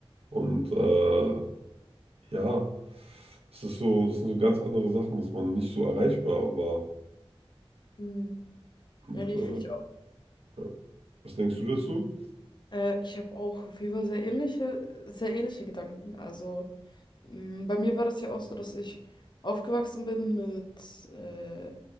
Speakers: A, on the right (about 75°); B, on the left (about 50°).
A: Und äh, ja, das ist so, das sind so ganz andere Sachen, dass man nicht so erreichbar war.
B: Hm.
A: Und
B: Ja, die
A: äh,
B: finde ich auch.
A: ja. Was denkst du dazu?
B: Äh, ich habe auch auf jeden Fall sehr ähnliche, sehr ähnliche Gedanken. Also m, bei mir war das ja auch so, dass ich aufgewachsen bin mit äh,